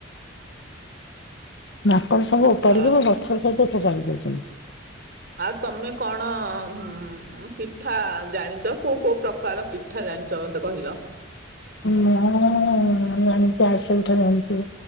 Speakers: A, on the left; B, on the right.
A: ମାଙ୍କଡ଼ ସବୁ ଓପାଡିିକି
B: ଅ
A: ଗଛ ସହିତ ଫୋପାଡି ଦଉଛନ୍ତି।
B: ଆଉ ତମେ କଣ ହୁଁ ପିଠା ଜାଣିଛ କୋଉ କୋଉ ପ୍ରକାର ପିଠା ଜାଣିଛ ମତେ କହିଲ?
A: ମୁଁ ଉଁ <unintelligible> ଆଛୁ